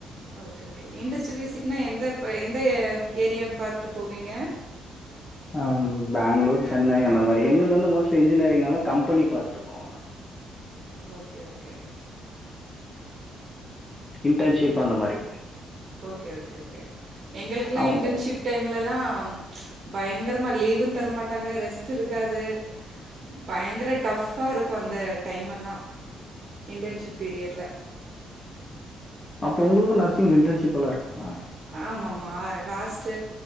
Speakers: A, on the right; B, on the left.
A: ஓகே ஓகே இண்டஸ்ட்ரியல் விசிட்னா எந்த எந்த ஏரியா பாத்து போவீங்க
B: அ பெங்களூர், சென்னை அந்த மாரி எங்களுக்கு வந்து மோஸ்ட்லி இன்ஜினியரிங்னால கம்பெனி பாத்துட்டு போவோம் நாங்க
A: ஓகே ஓகே
B: இன்டன்ஷிப் அந்த மாரி
A: ஓகே ஓகே எங்களுக்கெல்லா
B: அவன்
A: இன்டன்ஷிப் டைம்லல்லா பயங்கரமா லீவு தர மா ட்டாங்க ரெஸ்ட் இருக்காது பயங்கர டஃப் ப்பா இருக்கு அந்த டைம் எல்லா இண்டன்ஷிப் பீரியட்ல
B: அப்போ உங்களுக்கு நர்சி்ங் இன்டன்ஷிப்லாம் இருக்கும்மா
A: ஆமா ஆமா லாஸ்ட்